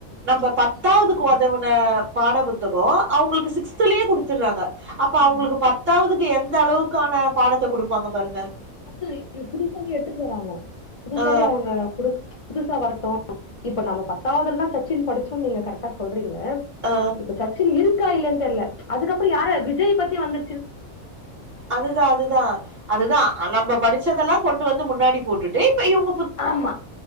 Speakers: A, on the right; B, on the left.
A: நம்ம பத்தாவதுக்கு
B: கண்டிப்பா கரெக்ட்
A: உதவன் ன பாட புத்தகோ அவங்களுக்கு சிக்ஸ்த்லே கொடுத்துற்றாங்க அப்ப
B: ஆமா
A: அவங்களுக்கு
B: நம்
A: பத்து பத்தாவதுக்கு எந்த அளவுக்கான பாடத்த குடுப்பாங்க பாருங்க
B: அந்து இது புதுசாவே எடுத்துட்டு வராங்க புதுசாவே
A: ஆ
B: அவங்க குடுக் புதுசா வரட்டு இப்ப நம்ம பத்தாவதுல தான் சச்சின் படிச்சோம் நீங்க கரெக் கரெக்டா சொல்றீங்க
A: ஆ
B: இப்ப சச்சின் இருக்கா இல்லன்னு தெர்ல அதுக்கப்புறோ யார விஜய் பத்தி வந்து
A: அதுதான் அதுதான் அதுதான் நம்ப படிச் படிச்சதெல்லாம் கொண்டு வந்து முன்னாடி போட்டுட்டு இப்ப இவங்
B: ஆமா